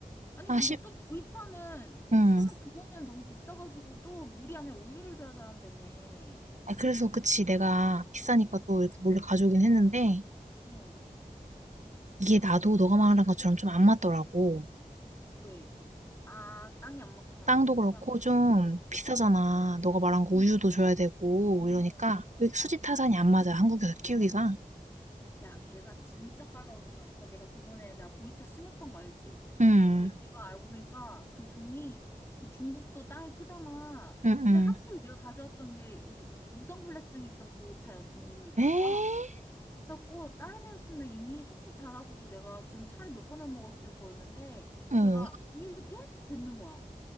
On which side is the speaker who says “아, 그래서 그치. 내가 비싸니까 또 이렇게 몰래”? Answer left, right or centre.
Right